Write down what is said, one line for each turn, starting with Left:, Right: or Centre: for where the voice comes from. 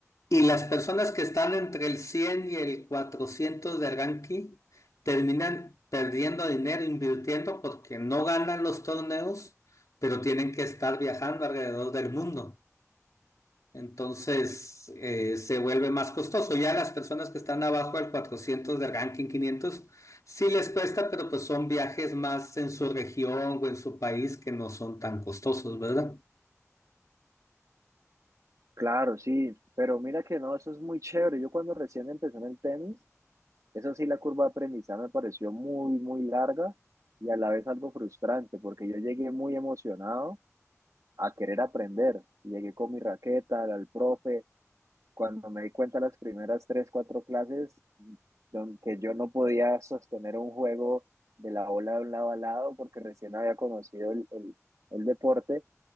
Left: Y las personas que están entre el 100 y el 400 de ranking terminan perdiendo dinero invirtiendo porque no ganan los torneos, pero tienen que estar viajando alrededor del mundo. Entonces eh, se vuelve más costoso. Ya las personas que están abajo del 400 del ranking 500 sí les cuesta, pero pues son viajes más en su región o en su país que no son tan costosos, ¿verdad?
Right: Claro, sí, pero mira que no, eso es muy chévere. Yo cuando recién empecé en el tenis, Eso sí, la curva de aprendizaje me pareció muy, muy larga y a la vez algo frustrante, porque yo llegué muy emocionado a querer aprender. Llegué con mi raqueta al, al profe. Cuando me di cuenta las primeras tres, cuatro clases, don- que yo no podía sostener un juego de la bola de un lado a lado porque recién había conocido el, el, el deporte,